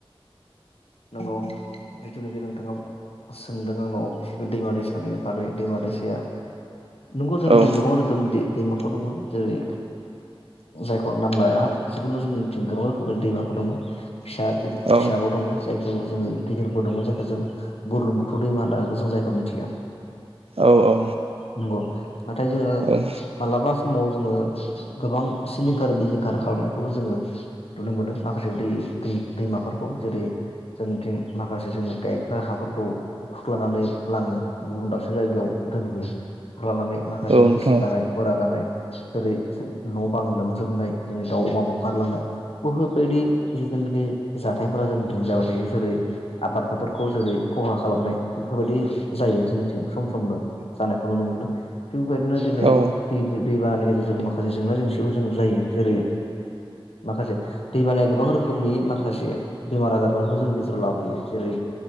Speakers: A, on the left (about 85°); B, on the right (about 80°).
A: नंगौ जिथुनोखि नोंथाङाव सोंदों आंनाव दैमा दैसा सानि बागै दैमा दैसाया नंगौ जोंनिथिं
B: औ
A: गोबां रोखोमनि दै दैमाफोर दङ। जेरै जायखौ आं नाम लाया जिखुनु जोंनिं गोबां रोखोमनि दैमाफोर दङ। फिसा फिसाबाव
B: औ
A: दङ जाय दङो जोङो गिदिरबोदोंमोन जायखौ जों बुरलुंबुथुर दैमा होननाबो जों जायखौ मिथियो।
B: औ औ।
A: नंगौ नाथाय जोङो
B: औ
A: मालाबा समाव जोङो गोबां सिलिंखार बिलिंखार खालामनायखौबो जोङो नुनो मोनो माखासे दै दै दैमाफोरखौ जेरै जोंनिथिं माखासे जोंनि गायग्रा हाफोरखौ खुरख्लानानै लाङो गुबुन दाबसे जायगायाव दोनहैयो। खुरख्लानानै माखासे
B: औ नोंथां
A: बिसि गानाय गरा गानाय जेरै न' बां लोमजोबनाय जेरै दाउ अमा बुखारलांनाय बुहुद बायदि <unintelligible> जाथायफोरा जोंनिथिं जाबाय थायो। जेरै आबाद फोथारखौ जेरै खहा खालामनाय बेफोरबायदि जायो जोंनिथिं सम समनो जानायखौ नुनो मोनो। थिग बेबायदिनो दिनै
B: औ
A: दैनि दै बानानि गेजेरजों माखासे जेंना जेंसिबो जों जायो। जेरै माखासे दैबानाया गोबां रोखोमनि माखासे बेमार आजारफोरखौ जोंनि गेजेर राव लाबोयो। जेरै